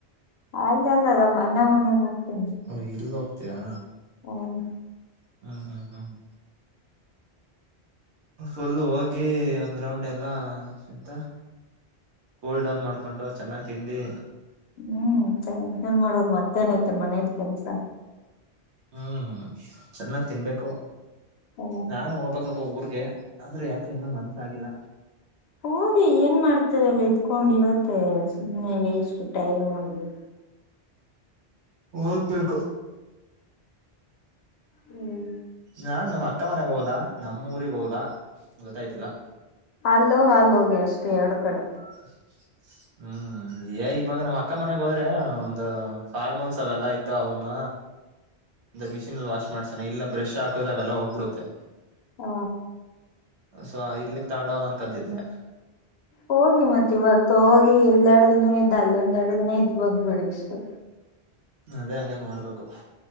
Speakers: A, on the left; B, on the right.
A: ಅಲ್ಲ ಅಲ್ಲದ ನಮ್ ಅಣ್ಣ ಮನೆಗ್ ಹೋಗ್ತೀನಿ
B: ಹೊ ಇಲ್ ಹೋಗ್ತಿಯಾ
A: ಹೌದ
B: ಹ್ಮ್ ಹ್ಮ್ ಹ್ಮ್ ಫುಲ್ ಹೋಗಿ ಒಂದ್ ರೌಂಡ್ ಎಲ್ಲಾ ಎಂತ ಕೂಲ್ಡೌನ್ ಮಾಡ್ಕೊಂಡು ಚೆನ್ನಾಗ್ ತಿಂದಿ
A: ಹ್ಮ್ ಇನೆನ್ ಮಾಡೋದು ಮತ್ತೇನ ಐತೆ ಮನೇಲಿ ಕೆಲ್ಸ
B: ಹ್ಮ್ ಚೆನ್ನಾಗ್ ತಿನ್ಬೇಕು
A: ಹೊ
B: ನಾನು ಹೋಗ್ಬೇಕಪ್ಪ ಊರಿಗೆ ಆದ್ರೂ ಯಾಕೋ ಇನ್ನೂ ಮನಸ್ಸಾಗಿಲ್ಲ
A: ಹೋಗಿ ಏನ್ ಮಾಡ್ತಿರ ಅಲ್ಲಿ ಇದ್ಕೊಂಡ್ ಇವತ್ತೆ ಸುಮ್ಮನೆ ವೇಸ್ಟ್ ಟೈಮು ಅಲ್ಲಿ
B: ಓದ್ಬೇಕು
A: ಹ್ಮ್
B: ನಾನ್ ನಮ್ಮ ಅಕ್ಕ ಮನೆಗ್ ಹೋಗ್ಲಾ ನಮ್ಮ ಊರಿಗ್ ಹೋಗ್ಲ ಗೊತ್ತಾಯ್ತಿಲ್ಲ
A: ಅಲ್ಲೊಗಿ ಅಲ್ಲಿ ಹೋಗಿ ಅಷ್ಟೇ ಎರಡು ಕಡೆ
B: <inaudible> ಹ್ಮ್ ಏ ಇವಾಗ ನಮ್ಮ್ ಅಕ್ಕ ಮನೆಗ್ ಹೋದ್ರೆ ಒಂದು ಫಾರ್ಮಲ್ಸ್ ಅವೆಲ್ಲಾ ಇದ್ದೋ ಅವ್ನ್ನ ಒಂದ್ ಎರ್ಡ್ ಮಷೀನ್ ಅಲ್ಲಿ ವಾಶ್ ಮಾಡಿಸಣ ಬ್ರಷ್ ಹಾಕುದ್ರವೆಲ್ಲ ಹೋಗ್ಬಿಡುತ್ತೆ
A: ಹ
B: ಸೋ ಇಲ್ಲಿಗ್ ತಗೊಂಡು ಹೋಗೋಣ ಅನ್ಕೋತ್ತಿದ್ದೆ
A: ಹೋಗಿ ಮತ್ತ ಇವತ್ತು ಹೋಗಿ ಇಲ್ ಎರಡ್ದಿನ ಇದ್ ಅಲ್ಲೊಂದ ಎಡ್ದಿನ ಇದ್ ಬಂದ್ ಬಿಡಿ ಅಷ್ಟೇ
B: ಅದೇ ಹಂಗೆ ಮಾಡ್ಬೇಕು